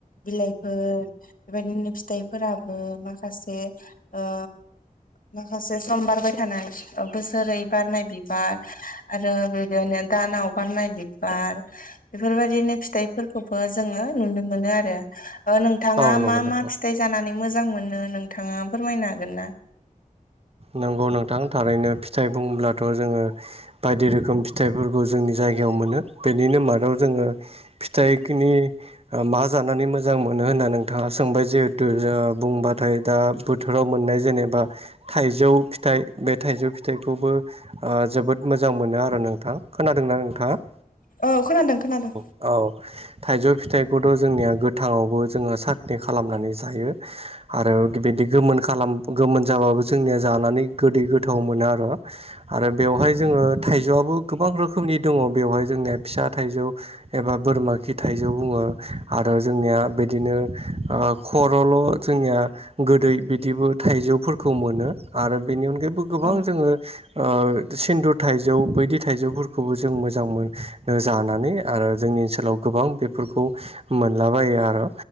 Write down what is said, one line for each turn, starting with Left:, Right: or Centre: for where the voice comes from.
Left: बिलाइफोर बेबायदिनो फिथाइफोराबो माखासे ओ माखासे सम बारबाय थानाय बोसोरै बारनाय बिबार आरो बिदिनो दानाव बारनाय बिबार बेफोरबायदिनो फिथाइफोरखौबो जोङो नुनो मोनो आरो। नोंथाङा
Right: औ नंगौ
Left: मा
Right: नोंथां
Left: मा फिथाइ जानानै मोजां मोनो नोंथाङा फोरमायनो हागोन ना?
Right: नंगौ नोंथां थारैनो फिथाइ बुङोब्लाथ' जोङो बायदि रोखोम फिथाइफोरखौ जोंनि जायगायाव मोनो बेनिनो मादाव जोङो फिथाइनि मा जानानै मोजां मोनो होनना नोंथाङा सोंबाय जिहेतु बुंबाथाय दा बोथोराव मोननाय जेनेबा थाइजौ फिथाइ बे थाइजौ फिथाइखौबो जोबोद मोजां मोनो आरो नोंथां खोनादोंना नोंथांङा?
Left: औ औ खोनादों खोनादों।
Right: औ थाइजौ फिथाइखौथ' जोंनिया गोथाङावबो जोङो सटनि खालामनानै जायो। आरो बेबायदि गोमोन खालाम गोमोन जाबो जोंनिया जानानै गोदै गोथाव मोनो आरो आरो बेवहाय
Left: ओं
Right: जोंङो थाइजौआबो गोबां रोखोमनि दङ बेवहाय जोंनिया फिसा थाइजौ एबा बोरमा खि थाइजौ बुंङो आरो जोंनिया बिदिनो खर'ल' जोंनिया गोदै बिदिबो थाइजौफोरखौ खौ मोनो आरो बेनि अनगायैबो गोबां
Left: ओं
Right: जोंङो ओ सिन्दुर थाइजौ बायदि थाइजौफोरखौबो जों मोजां मोनो जानानै आरो जोंनि ओनसोलाव गोबां बेफोरखौ मोनलाबायो आरो